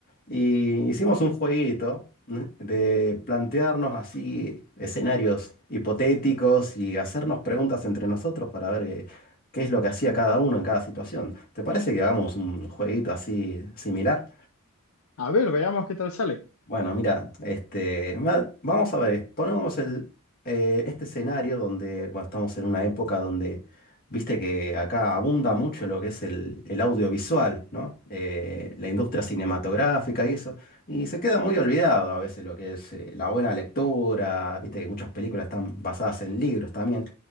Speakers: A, on the left; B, on the left.
A: Y hicimos un jueguito ¿no? de plantearnos así escenarios hipotéticos y hacernos preguntas entre nosotros para ver qué, qué es lo que hacía cada uno en cada situación. ¿Te parece que hagamos un jueguito así similar?
B: A ver, veamos qué tal sale.
A: Bueno, mira, este, ma- vamos a ver, ponemos el, eh, este escenario donde bueno, estamos en una época donde, viste que acá abunda mucho lo que es el, el audiovisual, ¿no? Eh, la industria cinematográfica y eso, y se queda muy olvidado a veces lo que es eh, la buena lectura, viste que muchas películas están basadas en libros también.